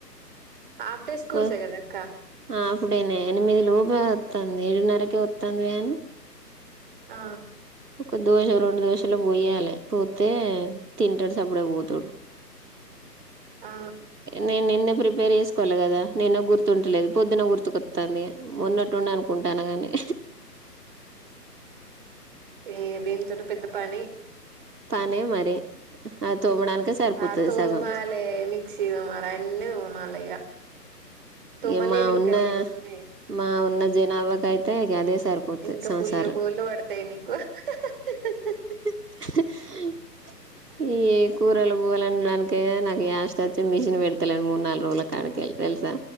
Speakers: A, on the right; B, on the right.
A: ఆఫ్టర్ స్కూల్సే
B: వ
A: కదా అక్క
B: హాఫ్ డే నే ఎనిమిది లోపే వతాంది ఏడున్నరకే వతాంది వ్యాను
A: ఆ
B: ఒక దోశ రెండు దోశలు పోయాలి పోతే తింటాడు సప్పుడే పోతాడు
A: ఆ
B: నేను నిన్న ప్రిపేర్ చేసుకోవాలి కదా! నిన్న గుర్తుంటలేదు పొద్దున గుర్తుకొత్తాంది. మొన్నటునుండి అనుకుంటన్నగని.
A: ఎ దీని తోటి పెద్ద పని!
B: పనే మరి అది తోమడానికే సరిపోతది
A: ఆ తూమాాలే
B: సగం
A: మిక్సీ తోమాలే అన్ని తోమాలే ఇగ. తోమలేదు
B: ఇక మా
A: ఇంకా
B: ఉన్న
A: నేను ఉన్నాయి.
B: మా ఉన్న జనాభాకి అయితే ఇక అదే సరిపోతది
A: ఇంకా
B: సంసారం
A: ఫుల్లు బొల్లువడ్తాయి పడతాయి నీకు. ఆ..
B: ఆ
A: ఆ
B: ఈ కూరలు పూవలు అనడానికి నాకు వస్ట్ వచ్చి మిషన్ పెడతలేండి మూడు నాలుగు రోజుల కడకళ్ళి. తెలుసా?